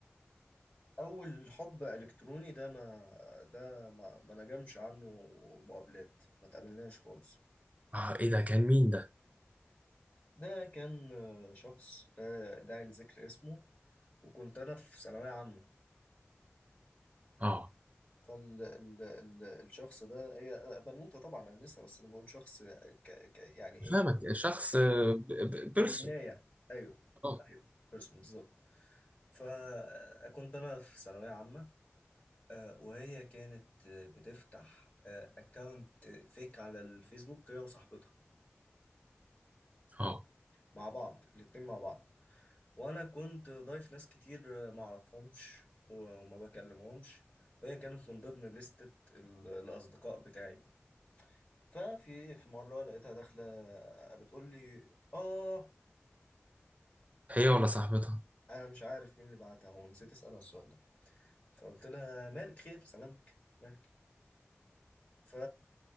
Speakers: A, on the left (about 35°); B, on the right (about 30°).
A: أول حب إلكتروني ده ما ده ما, ما نجمش عنه مقابلات ما تقابلناش خالص
B: اه ايه ده كان مين ده
A: ده كان شخص لا داعي لذكر اسمه وكنت أنا في ثانوية عامة
B: اه
A: فالشخص ده هي بنوتة طبعا أنا لسه بس أنا بقول شخص ك ك يعني إيه
B: فاهمك شخص بيرسون
A: ككناية أيوه
B: اه
A: أيوه بيرسون بالظبط فكنت أنا في ثانوية عامة آه، وهي كانت آه، بتفتح أكاونت فيك على الفيسبوك هي وصاحبتها
B: اه
A: مع بعض الاتنين مع بعض وأنا كنت ضايف ناس كتير آه، معرفهمش و- وما بكلمهمش وهي كانت من ضمن لستة ال- الأصدقاء بتاعي دي ففي في مرة لقيتها داخلة بتقول لي آه
B: هي ولا صاحبتها
A: أنا مش عارف مين اللي بعتها ونسيت أسألها السؤال ده فقلت لها مالك خير سلامتك مالك ف